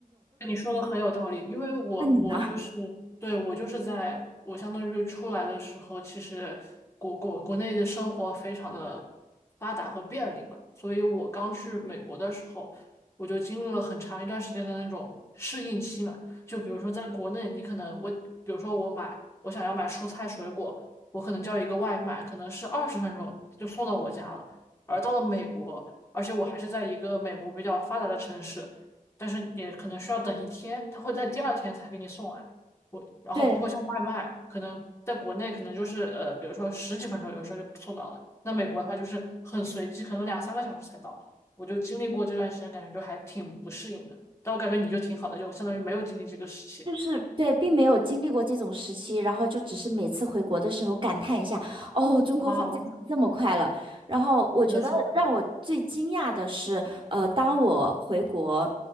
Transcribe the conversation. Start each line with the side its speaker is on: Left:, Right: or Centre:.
Left: 你说的很有道理，因为我我就是对我就是在我相当于出来的时候，
Right: 那你呢？<laughs>
Left: 其实国国国内的生活非常的发达和便利嘛，所以我刚去美国的时候，我就经历了很长一段时间的那种适应期嘛。就比如说在国内，你可能我比如说我买我想要买蔬菜水果，我可能叫一个外卖，可能是二十分钟就送到我家了。而到了美国，而且我还是在一个美国比较发达的城市。但是也可能需要等一天，他会在第二天才给你送来。我然后包括像外卖，
Right: 对，
Left: 可能在国内可能就是呃，比如说十几分钟，有时候就送到了。那美国的话就是很随机，可能两三个小时才到。我就经历过这段时间，感觉就还挺不适应的。但我感觉你就挺好的，就相当于没有经历这个时期。
Right: 就是对，并没有经历过这种时期，然后就只是每次回国的时候感叹一下，哦，中国发展这么快了。
Left: 哇哦，
Right: 然后我觉得让我最惊讶的是，
Left: 是的，是的，
Right: 呃，当我回国，